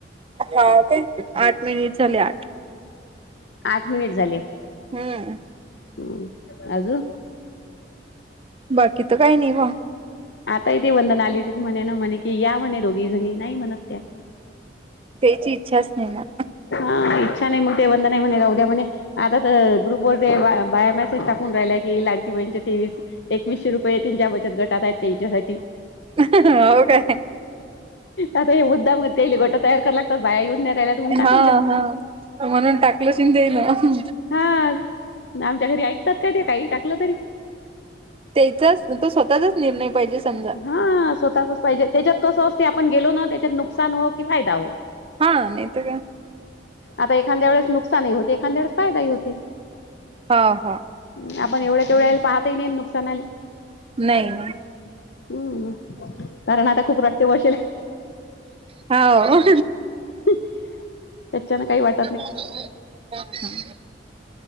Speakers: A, on the right; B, on the left.
A: आत्ता तर आठ मिनिटं झाले आठ.
B: आठ मिनिट झाले.
A: हम्म
B: ह. अजून?
A: बाकी तर काही नाही बा.
B: आताही ती वंदना आली त म्हणे ना, म्हणे कि या म्हणे दोघी जणी. नाही म्हणत त्या.
A: त्येची इच्छाच नाही ना?
B: हा. इच्छा नाही. मग ते वंदना ही म्हणे राहू द्या म्हणे. आता तर ग्रुप वर ते बाया मॅसेज टाकून राहिला की लाडकी बहिणीच्या तेवीस एकवीसशे रुपये जेंच्या बचत गटात आहेत त्याच्यासाठी.
A: अह ह हो काय?
B: आता हे मुद्दाम तेले गटं तयार कराय लागत्यात बाया येऊन राहील्यास म्हणून टाक.
A: हा हा तू म्हणून टाकलं असशील ते ना हं.
B: हा आमच्या घरी ऐकतात का ते काही टाकलं तरी?
A: त्याचाच तो स्वतःचाच निर्णय पाहिजे समजा
B: हा स्वतःच पाहिजे त्याच्यात कसं असते आपण गेलो ना त्याच्यात नुकसान हो की फायदा हो..
A: हा नाही त काय?
B: आता एखांद्या वेळेस नुकसानही होते एखांद्या वेळेस फायदा ही होते.
A: हो हो
B: ह आपण एवढ्या तेवढ्याले पाहतही नाही नुकसान आले
A: नाही नाही
B: हम्म कारण आता खूप रक्त वाॅश आहे.
A: हाव
B: ह. त्याच्यान काही वाट
A: <unintelligible> हा हा